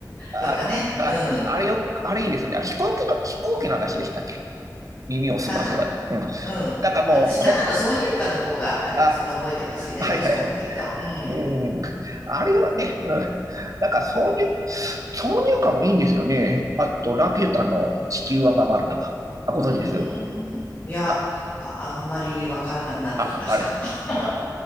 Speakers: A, on the right; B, on the left.
A: あれ、
B: とかね。
A: あ
B: うん。
A: あれよ、あれいいですね。飛行機の、飛行機の話でしたっけ耳をすませばね。
B: かな
A: うん。
B: うん。
A: なんかもう、
B: 私、中の挿入感の方があれですよね、
A: こ、あ、
B: 覚えてますよね、
A: はいはいはい。
B: どっちかっていうと。うん。
A: うん。あれはね、うん。なんか挿入、挿入感もいいんですよね。あと、ラピュタの地球は回るとか。あ、ご存知です
B: うーん。いや、
A: あ、
B: あ、あんまりわからなくなってきました。
A: あ、あれ
B: <laughs>